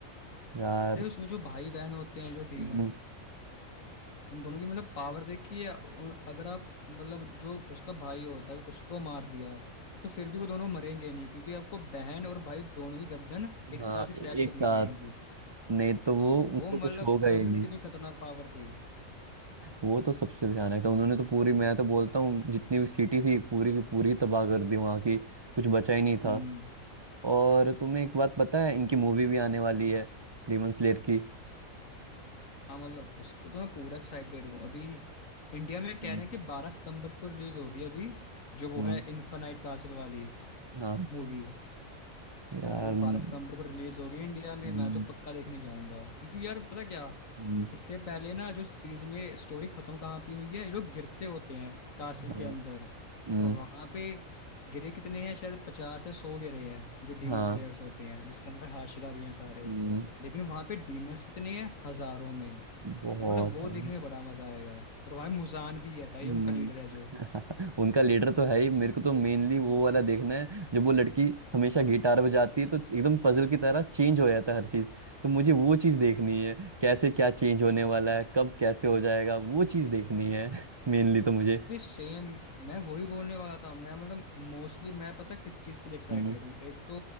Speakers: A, on the right; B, on the left.
A: यार
B: भाई उसमें जो भाई बहन होते हैं जो डीमंस
A: हम्म,
B: उन दोनों की मतलब पावर देखी है उ- अगर आप मतलब जो उसका भाई होता है उसको मार दिया तो फिर भी वो दोनों मरेंगे नहीं क्योंकि आपको बहन और भाई दोनों की गर्दन एक
A: हाँ
B: साथ ही स्लैश
A: एक
B: करनी
A: साथ
B: पड़ेगी
A: नहीं तो वो
B: हाँ
A: उनको
B: वो मतलब
A: कुछ होगा ही
B: तभी
A: नहीं
B: उनकी इतनी खतरनाक पावर थी
A: वो तो सबसे भयानक था उन्होंने तो पूरी मैं तो बोलता हूँ जितनी भी सिटी थी पूरी की पूरी तबाह कर दी वहां की कुछ बचा ही नहीं
B: हम्म
A: था और तुम्हें एक बात पता है इनकी मूवी भी आने वाली है डेमन स्लेयर की
B: हाँ मतलब उसके तो मैं पूरा एक्साइटेड हूँ अभी इंडिया में कह
A: हम्म
B: रहे हैं कि बारह सितंबर को रिलीज होगी अभी जो वो
A: हम्म,
B: है इन्फेनाइट कासल वाली
A: हाँ
B: मूवी
A: यार
B: तो वो
A: हम्म,
B: बारह सितंबर को रिलीज होगी इंडिया में
A: हम्म,
B: मैं तो पक्का देखने जाऊंगा क्योंकि यार पता क्या
A: हम्म,
B: इससे पहले ना जो सीरीज में स्टोरी खत्म कहाँ पे हुई है ये लोग गिरते होते हैं कासल
A: हाँ
B: के अंदर
A: हम्म,
B: और वहां पे गिरे कितने हैं शायद पचास या सौ गिरे हैं जो डीमन
A: हाँ
B: स्लेयर्स होते हैं जिसके अंदर हाशरा भी हैं सारे
A: हम्म,
B: लेकिन वहां पे डीमंस कितने हैं हजारों में
A: बहुत
B: तो मतलब वो
A: है
B: देखने में बड़ा मजा आएगा और वहां मुजान भी है
A: हम्म,
B: भाई उनका लीडर है जो
A: <laughs> उनका लीडर तो है ही मेरे को तो मेनली वो वाला देखना है जब वो लड़की हमेशा गिटार बजाती है तो एकदम पजल की तरह चेंज हो जाता है हर चीज तो मुझे वो चीज देखनी है कैसे क्या चेंज होने वाला है कब कैसे हो जाएगा वो चीज देखनी है <laughs> मेनली तो मुझे
B: अरे सेम मैं वही बोलने वाला था मैं मतलब मोस्टली मैं पता किस चीज के लिए एक्साइटेड
A: हम्म
B: हूँ एक तो